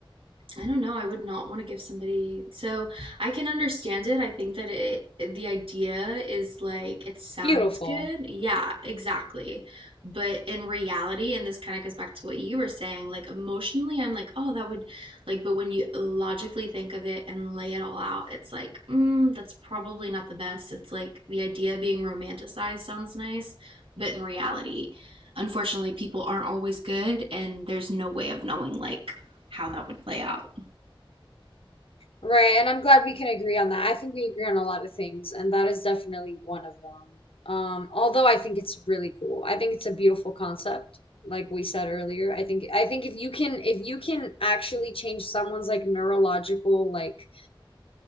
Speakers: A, on the right; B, on the left.
A: I don't know. I would not want to give somebody. So I can understand it. I think that it, the idea is like it sounds
B: Beautiful.
A: good. Yeah, exactly. But in reality, and this kind of goes back to what you were saying, like emotionally, I'm like, oh, that would like, but when you logically think of it and lay it all out, it's like, mm, that's probably not the best. It's like the idea of being romanticized sounds nice, but in reality, unfortunately, people aren't always good, and there's no way of knowing like how that would play out.
B: Right, and I'm glad we can agree on that. I think we agree on a lot of things, and that is definitely one of them. Um, although I think it's really cool. I think it's a beautiful concept, like we said earlier. I think I think if you can if you can actually change someone's like neurological like